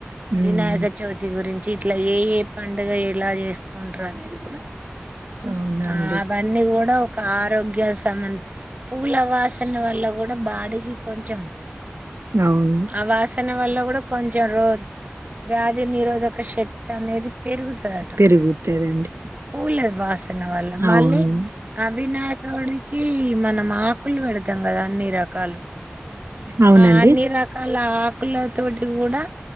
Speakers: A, on the right (about 80°); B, on the right (about 35°).
A: ఉమ్
B: వినాయక చవితి గురిం ఇట్లా ఏ ఏ పండగ ఎలా చేసుకుంటరు అనేది గూడ
A: అవునా
B: ఆ
A: అండి
B: అవన్నీ గూడా ఓ కా ఆరోగ్య సంబంద్ పూల వాసన వల్ల కూడా బాడీకి కొంచెం
A: అవును
B: ఆ వాసన వల్ల కూడ కొంచెం రో వ్యాధి నిరోధక శక్తి అనేది పెరుగుతుదట
A: పెరుగుతదండి
B: పూల వాస్ తున్న వల్ళ మళ్ళీ
A: అవును
B: ఆ వినాయకుడి కి మనం ఆకులు పెడతాం కదా అన్ని రకాలు
A: అవునండి
B: ఆ అన్నిరకాల ఆక్ కుల తోటి కూడా